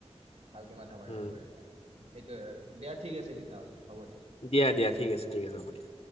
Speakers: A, on the right; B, on the left.
A: ভালকে মাথা মাৰিব
B: উম,
A: পাৰিবা। সেইটোয়ে দিয়া ঠিক আছে তেতিয়াহ'লে হ'ব দিয়া।
B: দিয়া দিয়া ঠিক আছে ঠিক আছে হব দিয়া।